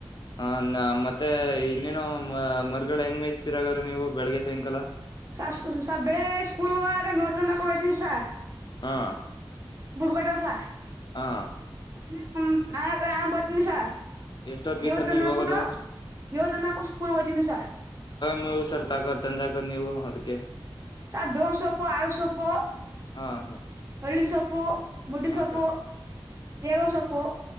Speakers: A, on the left (about 60°); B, on the right (about 35°).
A: ಹ ನ ಮತ್ತೆ ಇನ್ನೇನು ಮರಗಳ ಹೆಂಗ್ ಮೇಸ್ತಿೀರಗ್ರೀ ನೀವು ಬೆಳಿಗ್ಗೆ ಸಾಯಂಕಾಲ
B: ಸ ಸ ಬೆಳ ಸ್ಕೂಲ್ಾಗ ನವತ್ತ ಕೊೊಂಡ ಹಯ್ತೀನಿ ಸ
A: ಹಾ
B: ಕತಸಾ
A: ಹಾ
B: ಹ್ಮ ನಾ ನಾನ ಬರ್ತ್ತನಿ ಸರ್
A: ಎಷ್ಟೊತ್ತಿಗೆ
B: ಮೇ ಹೊ
A: ಸರ್
B: ತಂದಬಿಟ್ಟು
A: ನೀವ್ ಹೋಗೋದು
B: ಮ ಹೊ ತಂದಾಗಟ್ಟು ಸ್ಕೂಲ್ಗ ಮಿ ಸರ್
A: ಮೂರು ಸರ್ ತಾಕ ತಂದಾಕತ್ ನೀವು ಅದ್ಕೆ
B: ಸಾಕ್ ದೋವ್ ಸೊಪ್ಪು, ಆರು ಸೊಪ್ಪು.
A: ಹಾ ಸರ್
B: ಹಳ್ಳಿ ಸೊಪ್ಪು, ಮುಡ್ಡಿ
A: ಹಾ
B: ಸೊಪ್ಪು,
A: ಸರ್
B: ದೇಗಂ ಸೊಪ್ಪು.